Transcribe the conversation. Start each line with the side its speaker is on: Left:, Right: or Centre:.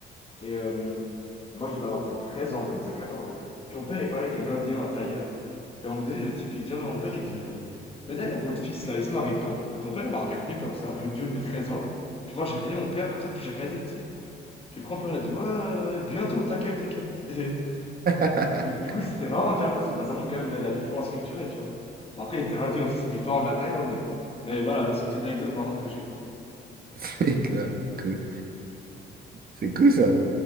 Left: Et euh, moi, je devais avoir peut-être 13 ans, comme ça, 14 ans. Puis mon père, il parlait avec un Indien, un tailleur. Puis à un moment donné, le type, il vient vers mon père, il dit euh, Mais d'ailleurs, votre fils, là, il se marie quand Puis mon père, il m'a regardé comme ça, du haut du de mes 13 ans. Puis moi, j'ai regardé mon père comme ça, puis j'ai regardé le type. Puis après, mon père, il a dit Ouais, ouais, ouais, bientôt, t'inquiète, t'inquiète. <laughs> Et
Right: <laughs>
Left: puis, du coup, c'était marrant, tu vois, parce que bah, ça montre quand même la, la différence culturelle, tu vois. Bon, après, il était indien aussi, c'est différent de la Thaïlande, mais, mais voilà, bah, c'est une petite anecdote par contre que j'ai.
Right: C'est quoi? Cool. C'est cool ça.